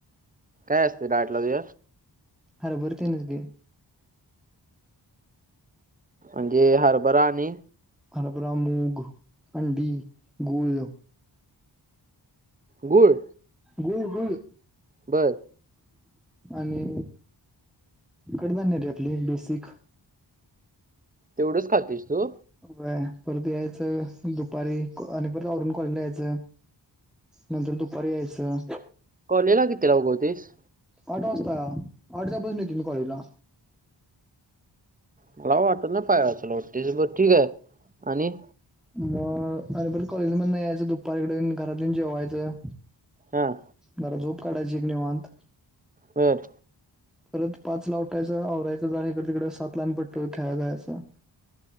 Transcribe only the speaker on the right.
काय असते डायटला तुझ्या?
अंडे हरभरा आणि
गुळ?
बरं.
तेवढंच खातेस तू?
कॉलेला किती ला उगवतेस?
मला वाटत ना पायाचालो तेच बर ठीके. आणि
हां
बर.